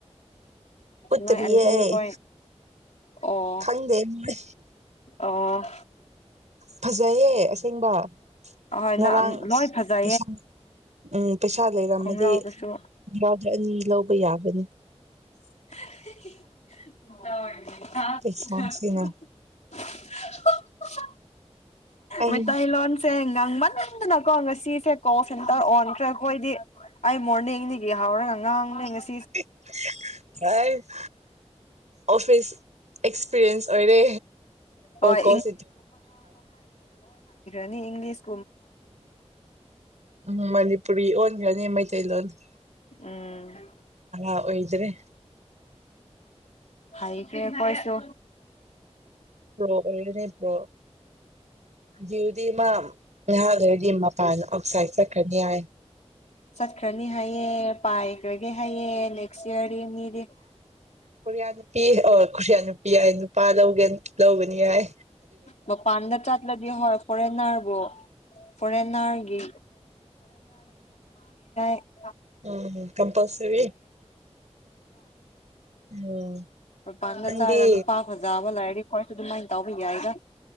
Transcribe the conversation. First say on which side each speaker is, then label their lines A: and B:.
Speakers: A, on the right; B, on the left.
A: ꯎꯠꯇꯔꯤꯌꯦ
B: ꯅꯣꯏ ꯑꯗꯤ
A: ꯑꯩ
B: ꯍꯣꯏ ꯑꯣ
A: ꯈꯪꯗꯦ ꯃꯣꯏ
B: ꯑꯣ
A: ꯐꯖꯩꯌꯦ ꯑꯁꯦꯡꯕ
B: ꯑ ꯍꯣꯏ
A: ꯉꯔꯥꯡ ꯑꯁ
B: ꯂꯣꯏ ꯐꯖ
A: ꯄꯩꯁꯥ ꯎꯝ ꯄꯩꯁꯥ ꯂꯩꯔꯝꯃꯗꯤ
B: ꯈꯣꯡꯒ꯭ꯔꯥꯎꯗꯨꯁꯨ
A: ꯔꯥꯗ ꯑꯅꯤ ꯂꯧꯕ ꯌꯥꯕ꯭ꯔꯥ <unintelligible>
B: <unintelligible> <unintelligible>
A: ꯄꯩꯁꯥꯁꯤꯅ
B: <unintelligible>
A: ꯑꯩ
B: ꯃꯩꯇꯩ ꯂꯣꯟꯁꯦ ꯉꯥꯡꯃꯟ <unintelligible> ꯀꯣꯜ ꯁꯦꯟꯇꯔ ꯑꯣꯟꯈ꯭ꯔꯦ ꯑꯩꯈꯣꯏꯗꯤ ꯑꯩ ꯃꯣꯔꯅꯤꯡꯗꯒꯤ ꯍꯧꯔꯒ ꯉꯥꯡꯂꯦ ꯉꯁꯤꯗꯤ
A: <unintelligible> ꯑꯣꯐꯤꯁ ꯑꯦꯛꯁꯄꯤꯔꯤꯌꯦꯟꯁ ꯑꯣꯏꯔꯦ
B: ꯍꯣꯏ
A: ꯀꯣꯜ ꯁꯤ
B: ꯅꯤ ꯏꯪꯂꯤꯁ
A: ꯎꯝ ꯃꯅꯤꯄꯨꯔꯤ ꯑꯣ <unintelligible>
B: ꯎꯝ
A: ꯑꯣꯏꯗ꯭ꯔꯦ
B: ꯍꯥꯏꯁꯦ ꯀꯣꯏꯁꯨ
A: ꯄ꯭ꯔꯣ ꯑꯣꯏꯔꯅꯤ ꯄ꯭ꯔꯣ ꯖꯤꯗꯤ ꯃꯥ ꯉꯥꯏꯍꯥꯛ ꯂꯩꯔꯗꯤ ꯃꯄꯥꯟ ꯑꯣꯛꯁꯥꯏꯠ ꯆꯠꯈꯅꯤ ꯍꯥꯏ
B: ꯆꯠꯈ꯭ꯔꯅꯤ ꯍꯥꯏꯌꯦ ꯄꯥꯏꯈ꯭ꯔꯒꯦ ꯍꯥꯏꯑꯦ ꯅꯦꯛꯁ ꯏꯌꯥꯔꯗꯤ ꯃꯤꯗꯤ
A: ꯈꯨꯔꯤꯌꯥ ꯅꯨꯄꯤ ꯑ ꯈꯨꯔꯤꯌꯥ ꯅꯨꯄꯤ ꯌꯥꯏ ꯅꯨꯄꯥ ꯂꯧꯒꯦ ꯂꯧꯕꯅꯤ ꯌꯥꯏ
B: ꯃꯄꯥꯟꯗ ꯆꯠꯂꯗꯤ ꯍꯣꯏ ꯐꯣꯔꯦꯟꯅꯔꯕꯨ ꯐꯣꯔꯦꯟꯅꯔꯒꯤ <unintelligible>
A: ꯎꯝ ꯀꯝꯄꯜꯁꯔꯤ ꯎꯝ
B: ꯄꯥꯟꯗ
A: ꯅꯪꯗꯤ
B: ꯆꯔꯒ ꯅꯨꯄꯥ ꯐꯖꯥꯕ ꯂꯥꯏ ꯈꯣꯏꯁꯨ ꯑꯗꯨꯝꯃꯥꯏꯅ ꯇꯥꯎꯕ ꯌꯥꯏꯗ